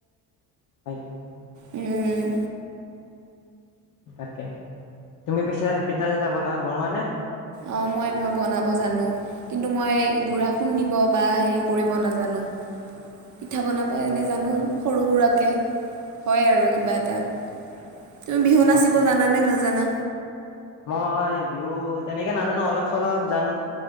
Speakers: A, on the left (about 50°); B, on the right (about 45°).
A: <unintelligible>
B: উম।
A: তাকে তুমি পিছে পিঠা চিঠা বন বনোৱা নে?
B: অ', মই, মই বনাব জানো কিন্তু মই গুড়া খুন্দিব বা হেৰি কৰিব নাজানো। পিঠা বনাব
A: অ
B: এনেই জানো। সৰু সুৰাকে। হয়, আৰু কিবা এটা। তুমি বিহু নাচিব
A: অ
B: জানা নে? নেজ জানা
A: মই বিহু তেনেকে নাজানো অলপ চলপ জানো।